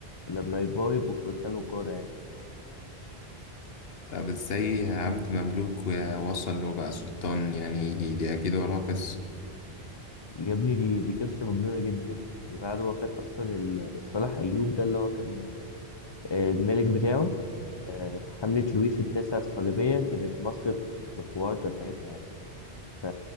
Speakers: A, on the left; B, on the left.
A: ولما يكبروا يبقوا فرسان وقادة يعني
B: طب ازاي عبد مملوك ووصل وبقى سلطان يعني دي اكيد وراها قصة
A: يا ابني دي دي قصة مجنونة جدا يعني بعد وفاة أصلا ال- الصالح أيوب ده اللي هو كان آه، الملك بتاعه آه، في حملة لويس التاسع الصليبية كانت مصر في في ورطة ساعتها يعني ف-